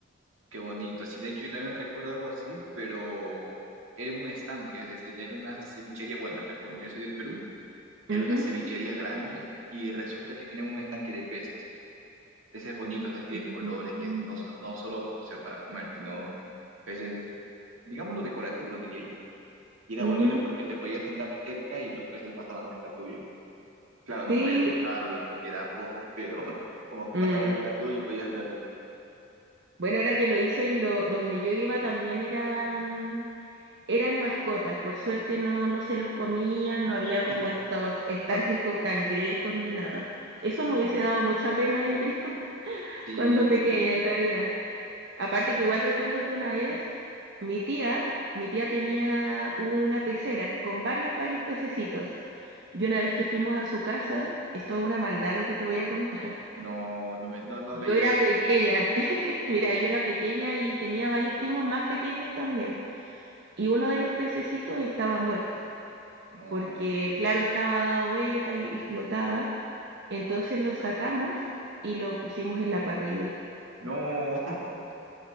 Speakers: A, on the right; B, on the right.
A: Qué bonito. Sí, de hecho yo también recuerdo algo así, pero era un estanque, es decir, era una cevichería. Bueno, te comento, yo soy de Perú, era
B: Ujú,
A: una cevichería grande y resulta que tenían un estanque de peces, peces bonitos así
B: Mm.
A: de colores y eso, no, so- no solo, o sea, para comer, sino peces, digámoslo, decorativos, diría yo. Y era
B: ujú.
A: bonito porque te podías sentar cerca y los peces pasaban cerca tuyo. Claro, no
B: Sí,
A: podías tocarlos porque da cosas, pero <laughs> como que
B: mm.
A: pasaba cerca tuyo y podías verlo.
B: Bueno, ahora que lo hice, lo, donde yo iba también eran eran mascotas, por suerte no, no se los comían, no había como
A: <laughs>
B: estos estanques con cangrejos ni nada. Eso
A: No,
B: me hubiese dado mucha pena, yo creo, <laughs>
A: sí,
B: cuando pequeña
A: sí.
B: en realidad. Aparte que igual recuerdo que una vez mi tía, mi tía tenía una pecera con varios, varios pececitos. Y una vez que fuimos a su casa, esto es una maldad lo que te voy a contar.
A: No, no me, no, no
B: Yo
A: me digas
B: era
A: que
B: pequeña,
A: no,
B: <laughs> mira, yo era pequeña y tenía varios primos más pequeños también. Y uno de los pececitos estaba muerto.
A: no,
B: porque claro, estaba dado vuelta y, y flotaba. Entonces lo sacamos y lo pusimos en la parrilla.
A: no, <laughs>